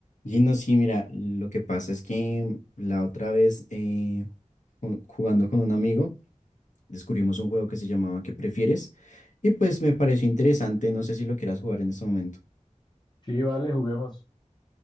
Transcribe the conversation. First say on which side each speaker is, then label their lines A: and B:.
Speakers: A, on the left (about 70°); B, on the left (about 35°).
A: Y no, sí, mira, lo que pasa es que la otra vez eh, ju- jugando con un amigo descubrimos un juego que se llamaba ¿Qué prefieres? Y pues me pareció interesante, no sé si lo quieras jugar en este momento.
B: Sí, vale, juguemos.